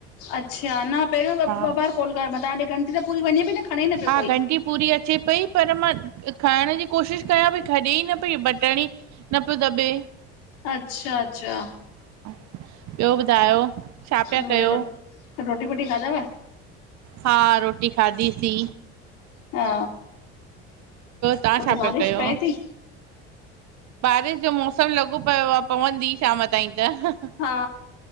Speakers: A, on the left; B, on the right.
A: अच्छा! न पहिरियों
B: हा
A: ॿ बार कॉल कयो मां तव्हां ॾे, ग़नटी त पूरी वञे पई न खणे न
B: हा
A: पियो कोई।
B: घंटी पूरी अचे पई, पर मां खाइण जी कोशिशि कयां पई, खॾे ई न पई बटणी न पोइ दबे
A: अच्छा-अच्छा
B: ॿियो ॿुधायो? छा पिया
A: रो
B: कयो?
A: रोटी वोटी खाधा व?
B: हा रोटी खाधी सि।
A: हा
B: तव्हां
A: उते
B: छा पिया
A: बारिश
B: कयो?
A: पए थी?
B: बारिश जो मौसम लॻो पयो आ पवंदी शाम ताईं त।
A: हा